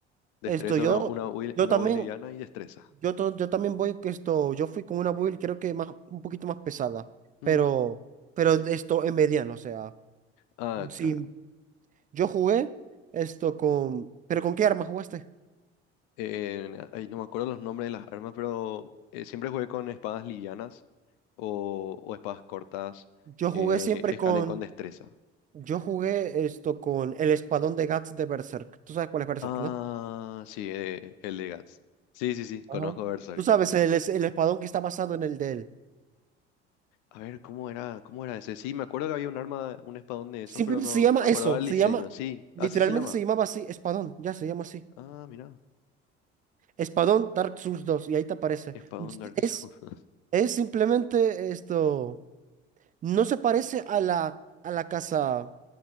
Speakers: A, on the left; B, on the right.
A: Destreza,
B: Esto yo,
A: una, una, build-
B: yo
A: una
B: también,
A: build liviana y destreza.
B: Yo, to- yo también voy que esto, yo fui con una build creo que más, un poquito más pesada,
A: Mm.
B: pero, pero esto en mediano, o sea,
A: Ah,
B: sí,
A: claro.
B: yo jugué esto con, pero ¿con qué arma jugaste?
A: eh, ahí no me acuerdo los nombres de las armas, pero eh, siempre jugué con espadas livianas o, o espadas cortas
B: Yo
A: que
B: jugué siempre
A: escalen
B: con,
A: con destreza.
B: yo jugué esto con el espadón de Guts de Berserk. ¿Tú sabes cuál es Berserk,
A: Ah,
B: no?
A: sí, eh, el de Guts. Sí, sí, sí, conozco
B: Ajá.
A: Berserk.
B: Tú sabes, el, es- el espadón que está basado en el de él.
A: A ver, ¿cómo era, cómo era ese? Sí, me acuerdo que había un arma, un espadón de esos,
B: Simplemente
A: pero no,
B: se llama
A: no me acordaba
B: eso,
A: el
B: se
A: diseño.
B: llama,
A: Sí,
B: literalmente
A: así se llama.
B: se llamaba así, espadón, ya se llama así.
A: Ah, mira,
B: Espadón Dark Souls dos y ahí te aparece.
A: espadón Dark
B: es
A: Souls. <laughs>
B: Es simplemente esto. No se parece a la, a la casa,